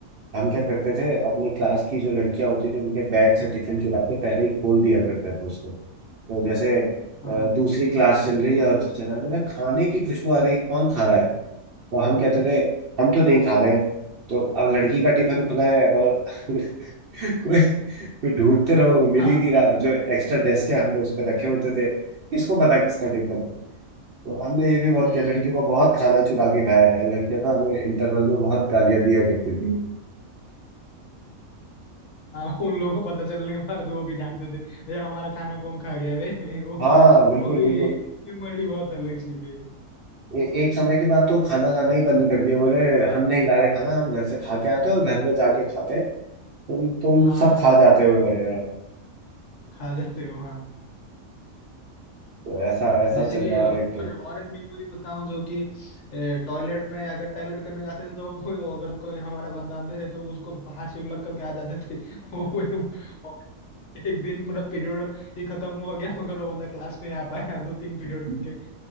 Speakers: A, on the right; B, on the left.
A: हम क्या करते थे अपनी क्लास की जो लड़कियां होती थी उनके बैग से टिफिन चुरा के पहले ही खोल दिया करते थे उसको तो जैसे
B: हाँ
A: अ, दूसरी क्लास चल रही है और टीचर है बोला खाने की खुशबू आ रही कौन खा रहा है तो हम कहते थे हम तो नहीं खा रहे हैं तो अब लड़की का टिफिन खुला है और <laughs> कोई कोई ढूंढते रहो मिल
B: हाँ
A: ही नहीं रहा जो एक्स्ट्रा डेस्क है हमने उस पर रखे होते थे किसको पता किसका टिफिन है तो हमने ये भी बहुत
B: हम्म
A: किया लड़कियों का बहुत खाना चुरा के खाया है यार लड़कियां ना हमें इंटरवल में बहुत गालियां दिया करती थी
B: हाँ उन लोगों को पता चलने के बाद वो भी डांटते थे भैया हमारा खाना कौन खा गया बे <laughs> वो
A: हाँ बिल्कुल
B: वो भी
A: बिल्कुल
B: मेमोरी बहुत अलग सी है
A: ए, एक समय के बाद तो खाना लाना ही बंद कर दिया बोले हम नहीं ला रहे खाना हम घर से खा के आते हैं और घर में जाके खाते हैं तुम तुम
B: हाँ
A: सब खा जाते हो यार
B: खा जाते हो हाँ
A: तो ऐसा ऐसा
B: जैसे
A: चल
B: कि
A: रहा
B: और
A: था एक टाइम
B: और एक मेमोरी बताऊं जो कि टॉयलेट में अगर टॉयलेट करने जाते थे तो वो अगर कोई हमारा बंदा अंदर है तो उसको बाहर से लग करके आ जाते थे <laughs> वो एक दिन पूरा पीरियड ही खत्म हो गया मगर वो बंदा क्लास नहीं आ पाया दो तीन पीरियड
A: <laughs>
B: के